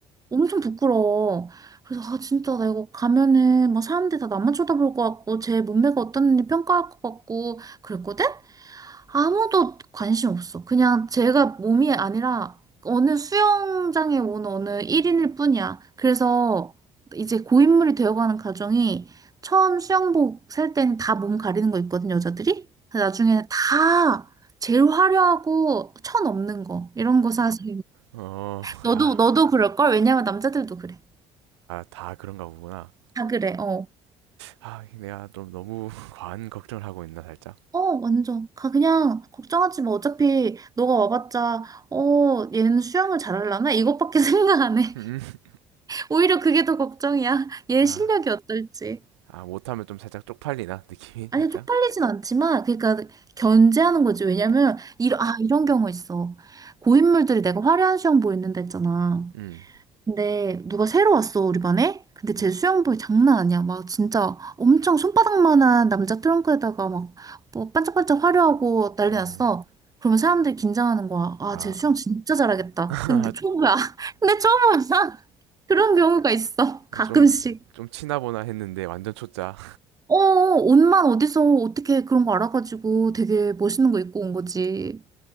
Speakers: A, on the right; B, on the right.
A: 엄청 부끄러워. 그래서, 아, 진짜 나 이거 가면은 막 사람들이 다 나만 쳐다볼 것 같고, 제 몸매가 어떤지 평가할 것 같고, 그랬거든? 아무도 관심 없어. 그냥 제가 몸이 아니라 어느 수영장에 온 어느 1인일 뿐이야. 그래서 이제 고인물이 되어가는 가정이 처음 수영복 살 때는 다 몸 가리는 거 있거든, 여자들이. 근데 나중에는 다 제일 화려하고 천 없는 거 이런 거 사서
B: 음 음 어
A: 너도
B: 아
A: 너도
B: 아
A: 그럴걸? 왜냐면 남자들도 그래.
B: 다 그런가 보구나
A: 다 그래. 어.
B: 아 내가 좀 너무 <laughs> 과한 걱정을 하고 있나 살짝
A: 어, 완전. 가, 그냥, 걱정하지 마. 어차피, 너가 와봤자, 어, 얘는 수영을 잘하려나? 이것밖에 <laughs> 생각 안 해.
B: 음, 음.
A: 오히려 그게 더 걱정이야. <laughs> 얘
B: 아
A: 실력이 어떨지.
B: 아 못하면 좀 살짝 쪽팔리나 느낌이
A: 아니,
B: 살짝
A: 쪽팔리진 않지만, 그러니까 견제하는 거지. 왜냐면, 이런, 아, 이런 경우 있어. 고인물들이 내가 화려한 수영복 입는데 했잖아.
B: 음,
A: 근데 누가 새로 왔어, 우리 반에? 근데 쟤
B: 음.
A: 수영복이 장난 아니야. 막 진짜 엄청 손바닥만한 남자 트렁크에다가 막 뭐 반짝반짝 화려하고 난리
B: 음.
A: 났어. 그러면 사람들이 긴장하는 거야. 아,
B: 아,
A: 쟤 수영 진짜 잘하겠다.
B: <laughs>
A: 근데 초보야. <laughs> 근데 초보야. <laughs> 그런 경우가 있어. 가끔씩.
B: 좀, 좀 치나보나 했는데 완전 초짜.
A: 어, 옷만 어디서 어떻게 그런 거 알아가지고 되게 멋있는 거 입고 온 거지.